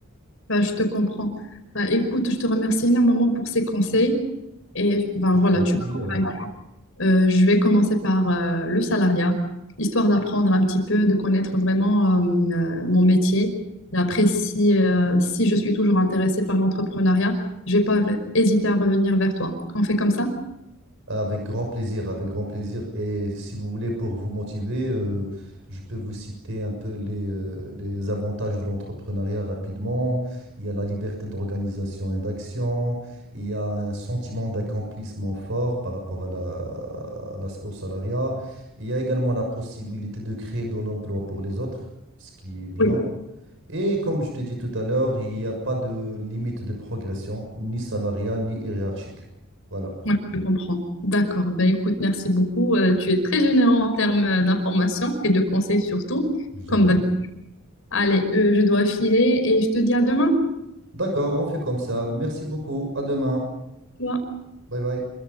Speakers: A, on the left (about 70°); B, on the right (about 60°).
A: Ben, je te comprends. Ben, écoute, je te remercie énormément pour ces conseils. Et ben,
B: Je
A: voilà,
B: vous en
A: tu
B: prie.
A: m'as convaincue.
B: euh,
A: Euh, je vais commencer par euh, le salariat, histoire d'apprendre un petit peu, de connaître vraiment euh, euh, mon métier. Et après, si, euh, si je suis toujours intéressée par l'entrepreneuriat, je vais pas re- hésiter à revenir vers toi. On fait comme ça?
B: Avec grand plaisir, avec grand plaisir. Et si vous voulez, pour vous motiver, euh, je peux vous citer un peu les, euh, les avantages de l'entrepreneuriat rapidement. Il y a la liberté d'organisation et d'action. Il y a un sentiment d'accomplissement fort par rapport à la, à la- au salariat. Il y a également la possibilité de créer de l'emploi pour les autres, ce qui est bien.
A: Oui.
B: Et comme je t'ai dit tout à l'heure, il n'y a pas de limite de progression, ni salariale, ni hiérarchique. Voilà,
A: Oui, je comprends. D'accord. Ben, écoute, merci beaucoup. Euh, tu es très généreux en termes euh, d'informations et de conseils surtout,
B: je vous
A: comme
B: en prie.
A: Allez, euh, je dois filer et je te dis à demain.
B: D'accord, on fait comme ça. Merci beaucoup. À demain.
A: tu vois.
B: Bye bye.